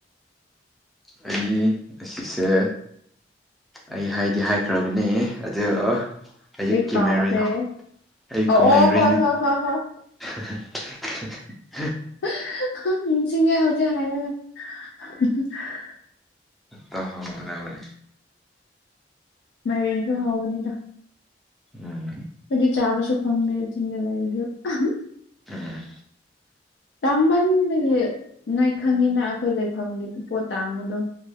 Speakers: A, in the centre; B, on the left.
A: ꯑꯩ ꯉꯁꯤꯁꯦ ꯑꯩ ꯍꯥꯏꯗꯤ ꯍꯥꯏꯈ꯭ꯔꯕꯅꯦ ꯑꯗꫭ ꯑꯌꯨꯛꯀꯤ
B: ꯑꯩ ꯀꯥꯎꯈ꯭ꯔꯦ
A: ꯃꯥꯏꯔꯦꯟ ꯑꯌꯨꯛꯀ
B: ꯑꯣ
A: ꯃꯥꯏꯔꯦꯟ
B: ꯑꯣ ꯍꯣꯏ ꯍꯣꯏ ꯍꯣꯏ ꯍꯣꯏ
A: <unintelligible> <unintelligible>
B: <unintelligible> ꯅꯤꯡꯁꯤꯡꯉꯦ ꯍꯧꯖꯤꯛ ꯍꯥꯏꯔꯒ <unintelligible>
A: ꯇꯍꯧꯒꯗꯕꯅꯦ
B: ꯃꯥꯏꯔꯦꯟꯁꯨ ꯍꯥꯎꯕꯅꯤꯗ
A: ꯎꯝ
B: <unintelligible> ꯆꯥꯕꯁꯨ ꯐꯪꯗꯦ ꯆꯤꯡꯗ ꯂꯩꯔꯁꯨ <unintelligible>
A: ꯎꯝ
B: ꯇꯥꯡꯃꯟꯕꯒꯤ ꯅꯣꯏ ꯈꯪꯉꯤꯅ ꯑꯈꯣꯏ ꯂꯩꯐꯝꯒꯤ ꯄꯣꯠ ꯇꯥꯡꯕꯗꯣ